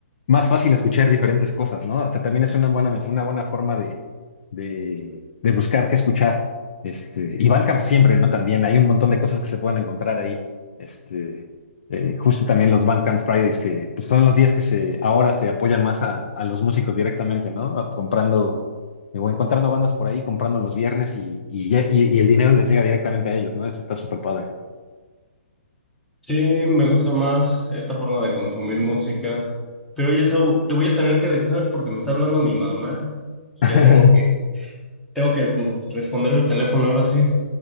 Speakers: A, on the left (about 45°); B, in the centre.
A: más fácil escuchar diferentes cosas, ¿no? O sea, también es una buena, una buena forma de, de, de buscar qué escuchar. Este, y Bandcamp siempre, ¿no? También hay un montón de cosas que se pueden encontrar ahí. Este, eh, justo también los Bandcamp Fridays, que pues, son los días que se, ahora se apoyan más a, a los músicos directamente, ¿no? A- Comprando eh, o encontrando bandas por ahí, comprando los viernes y, y, ya- y- y el dinero les llega directamente a ellos, ¿no? Eso está súper padre.
B: Sí, me gusta más esta forma de consumir música. Pero oye, Saúl, te voy a tener que dejar porque me está hablando mi mamá y
A: <laughs>
B: ya tengo que tengo que responder el teléfono ahora sí.